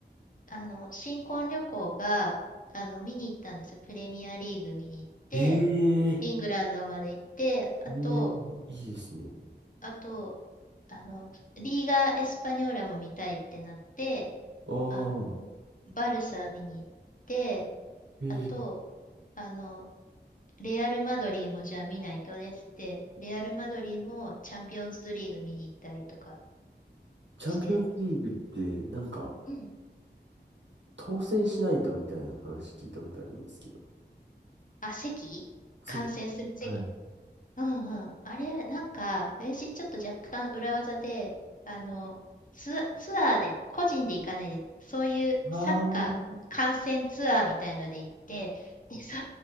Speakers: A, on the left; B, on the right.
A: あの、新婚旅行が、あの、見に行ったんですよ。プレミアリーグ見に行って、
B: ええ
A: イングランドまで行って、あと、
B: ええいいですね。
A: あと、あの、リーガ・エスパニョーラも見たいってなって、
B: ああ、
A: あの、バルサ見に行って、
B: ええ
A: あと、あの、レアル・マドリーもじゃあ見ないとねっつって、レアル・マドリーもチャンピオンズリーグ見に行ったりとか
B: チャンピオンズリーグってなんか
A: して、うん。
B: 当選しないとみたいな話聞いたことあるんですけど。
A: あ、席観戦する席。
B: ついはい。
A: うんうん。あれ、なんか、私ちょっと若干裏技で、あの、ツア、ツアーで、個人で行かないで、そういうサッカー観戦ツアーみたいので行って、
B: ああ、
A: で、そ、